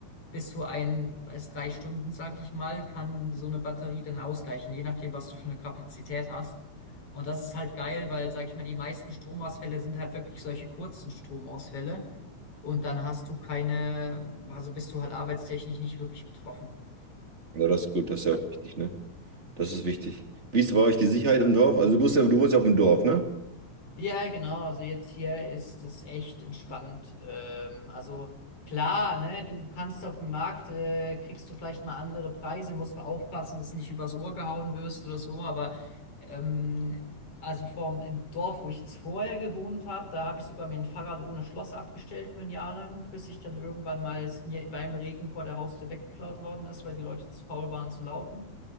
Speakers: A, on the left; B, on the right.
A: bis zu ein, bis drei Stunden, sag ich mal, kann so eine Batterie dann ausgleichen, je nachdem, was du für eine Kapazität hast. Und das ist halt geil, weil, sag ich mal, die meisten Stromausfälle sind halt wirklich solche kurzen Stromausfälle und dann hast du keine, also bist du halt arbeitstechnisch nicht wirklich betroffen.
B: Ja,
A: Ja.
B: das ist gut, das ist ja auch wichtig, ne? Das ist wichtig. Wie ist bei euch die Sicherheit im Dorf? Also du musst ja, du wohnst ja auf dem Dorf, ne?
A: Ja, genau. Also jetzt hier ist es echt entspannt. Ähm, also klar, ne, du kannst auf dem Markt, äh, kriegst du vielleicht mal andere Preise, musst mal aufpassen, dass du nicht übers Ohr gehauen wirst oder so. Aber ähm, also vom im Dorf, wo ich jetzt vorher gewohnt habe, da habe ich sogar mein Fahrrad ohne Schloss abgestellt für ein Jahr lang, bis ich dann irgendwann mal es mir beim Regen vor der Haustür weggeklaut worden ist, weil die Leute zu faul waren zu laufen.